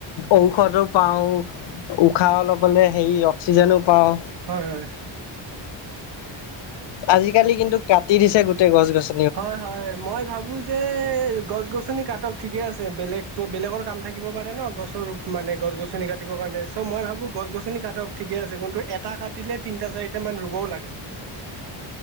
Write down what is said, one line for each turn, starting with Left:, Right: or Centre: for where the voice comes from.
Left: ঔষধো পাওঁ, উশাহ ল'বলে হেৰি অক্সিজেনো পাওঁ।
Right: হয়, হয়।
Left: আজিকালি কিন্তু, কাটি দিছে গোটেই গছ-গছনি।
Right: হয়, হয়, মই ভাবো যে গছ-গছনি কাটক ঠিকে আছে, বেলেগ বেলেগৰ কাম থাকিব পাৰে ন গছ ৰপ মানে গছ-গছনি কাটিব কাৰণে চ' মই ভাবো গছ-গছনি কাটক, ঠিকে আছে কিন্তু এটা ক কতিলে, তিনিটা চাৰিটা মান ৰুবও লাগে।